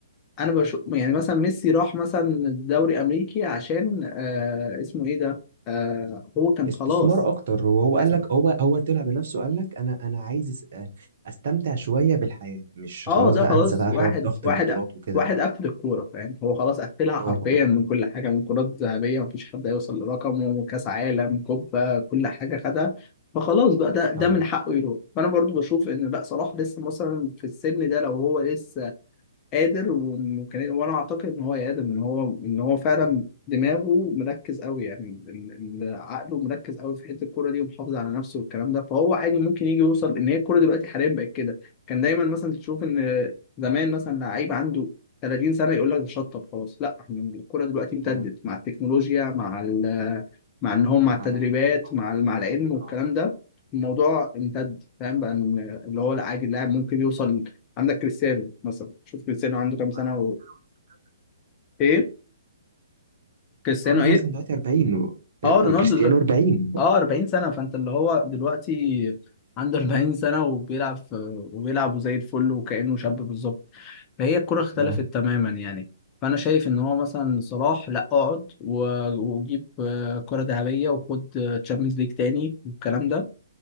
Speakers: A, on the left; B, on the right.
A: انا بشوف يعني مثلا ميسي راح مثلا الدوري الامريكي عشان آه اسمه ايه ده آه هو كان
B: استثمار
A: خلاص
B: اكتر وهو قال
A: بس-
B: لك هو هو طلع بنفسه قال لك انا انا عايز اس- استمتع شوية بالحياة مش
A: اه
B: خلاص
A: ده
B: بقى
A: خلاص
B: انسى بقى
A: واحد
B: حوار ضغط
A: واحد
B: البطولات وكده
A: واحد قفل الكوره فاهم هو خلاص قفلها
B: اه
A: حرفيا من كل حاجه من كرات ذهبيه مفيش حد هيوصل لرقمه كاس عالم كوبا كل حاجه خدها فخلاص بقى ده ده
B: اه
A: من حقه يروح فانا برضو بشوف ان لا صلاح لسه مثلا في السن ده لو هو لسه قادر وممكن وانا اعتقد ان هو قادر ان هو ان هو فعلا دماغه مركز قوي يعني ال- ال- عقله مركز قوي في حته الكوره دي ومحافظ على نفسه والكلام ده فهو عادي ممكن يجي يوصل ان هي الكوره دلوقتي حاليا بقت كده كان دايما مثلا تشوف ان زمان مثلا لعيب عنده 30 سنه يقول لك ده شطب خلاص لا احنا الكوره دلوقتي امتدت
B: اه
A: مع التكنولوجيا مع ال مع ان هم مع التدريبات
B: مع العلم التطور
A: مع مع العلم والكلام
B: اه
A: ده الموضوع امتد فاهم بقى ان اللي هو عادي اللاعب ممكن يوصل عندك كريستيانو مثلا شوف كريستيانو عنده كام سنة
B: 40
A: و...
B: سنة ولسه
A: ايه كريستيانو
B: رونالدو
A: ايه
B: مثلا دلوقتي 40 و-
A: اه
B: آه،
A: رونالدو
B: كريستيانو
A: دل...
B: 40
A: اه 40 سنة فانت اللي هو دلوقتي عنده 40 سنة وبيلعب في... وبيلعب زي الفل وكأنه شاب بالظبط فهي الكرة اختلفت
B: اه
A: تماما يعني فانا شايف ان هو مثلا صلاح لا اقعد و... وجيب آه، كرة ذهبية وخد تشامبيونز ليج تاني والكلام ده